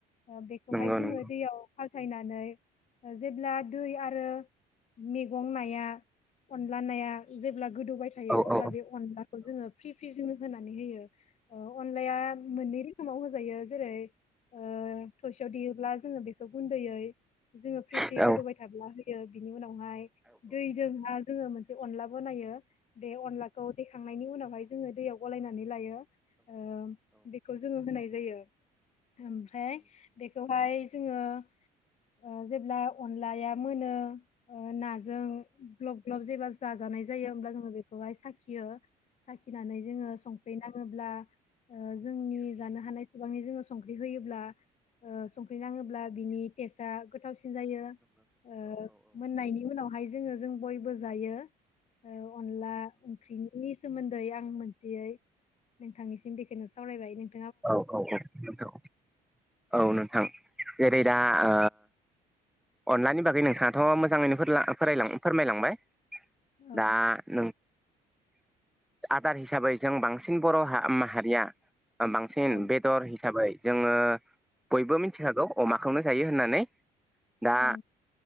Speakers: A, on the left (about 40°); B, in the centre.
A: ओ बेखौहाय
B: नंगौ
A: जोंङो
B: नंगौ
A: दैयाव फालथायनानै जेब्ला दै आरो - मेगं नाया अनला नाया जेब्ला गोदौबाय थायो
B: औ
A: अब्ला
B: औ नंगौ औ नंगौ औ नंगौ औ नंगौ औ नंगौ औ
A: बे अनलाखौ जोंङो फ्रि-फ्रि जोंङो होनानै होयो। ओ अनलाया मोननै रोखोमाव होजायो जेरै ओ थसेयाव देयोब्ला जों बेखौ गुन्दैयै जोंङो फ्रि-फ्रि
B: नंगौ
A: गोदौबाय थाब्ला होयो बिनि उनाव खौहाय दैदोंहा जोंङो मोनसे अनला बनायो बे अनलाखौ दैखांनायनि उनावहाय जोंङो दैयाव गलायनानै लायो। ओ बेखौ जोंङो होनाय जायो। ओमफ्राय बेखौहाय जोंङो ओ जेब्ला अनलाया मोनो ओ नाजों ग्लब-ग्लब जेबा जाजानाय जायो होमब्ला जोंङो बेखौहाय साखियो। साखिनानै जोंङो संख्रै नांङोब्ला ओ जोंनि जानो हानाय सेबांनि जोंङो संख्रि होयोब्ला ओ संख्रि नांङोब्ला बिनि टेस्टआ गोथावसिन जायो ओ मोननायनि उनावहाय जोंङो जों बयबो जायो। अनला ओंख्रिनि सोमोन्दै आं मोनसेयै नोंथांनिसिम बेेखौनो सावरायबाय नो
B: औ औ औ नोंथां औ नोंथां जेरै दा आ अनलानि बागै नोंथाङाथ' मोजाङैनो फोरमायलांबाय
A: औ
B: दा नों आदार हिसाबै जों बांसिन बर' माहारिया बांसिन
A: औ
B: बेदर हिसाबै जोङो बयबो मिथिखागौ अमाखौनो जायो होननानै दा
A: औ